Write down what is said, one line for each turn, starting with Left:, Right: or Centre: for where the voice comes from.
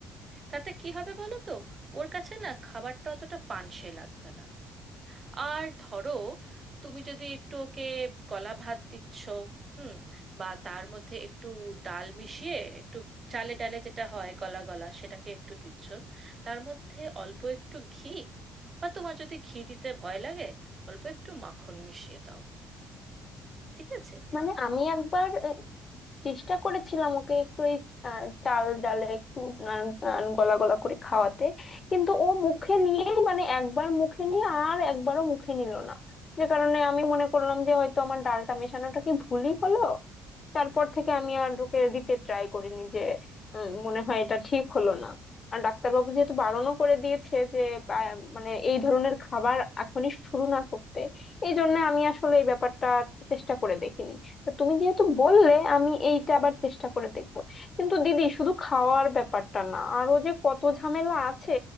Right: তাতে কি হবে বলো তো ওর কাছে না খাবারটা অতটা পানসে লাগবে না আর ধরো তুমি যদি একটু ওকে গলা ভাত দিচ্ছ হুম বা তার মধ্যে একটু ডাল মিশিয়ে একটু চালে ডালে যেটা হয় গলা গলা সেটাকে একটু দিচ্ছ তার মধ্যে অল্প একটু ঘি বা তোমার যদি ঘি দিতে ভয় লাগে অল্প একটু মাখন মিশিয়ে দাও ঠিক আছে
Left: মানে আমি একবার এই চেষ্টা করেছিলাম ওকে একটু এই আহ, চাল ডালে একটু আহ, আহ, গলা গলা করে খাওয়াতে কিন্তু ও মুখে নিয়ে মানে একবার মুখে নিয়ে আর একবারও মুখে নিল না যে কারণে আমি মনে করলাম যে হয়তো আমার ডালটা মেশানোটা কি ভুলই হলো তারপর থেকে আমি আর ওকে দিতে ট্রাই করিনি যে উম, মনে হয় এটা ঠিক হলো না আর ডাক্তারবাবু যেহেতু বারণও করে দিয়েছে যে আহ, মানে এই ধরনের খাবার এখনই শুরু না করতে এই জন্য আমি আসলে এই ব্যাপারটা আর চেষ্টা করে দেখিনি তা তুমি যেহেতু বললে আমি এইটা আবার চেষ্টা করে দেখব কিন্তু দিদি শুধু খাওয়ার ব্যাপারটা না আরো যে কত ঝামেলা আছে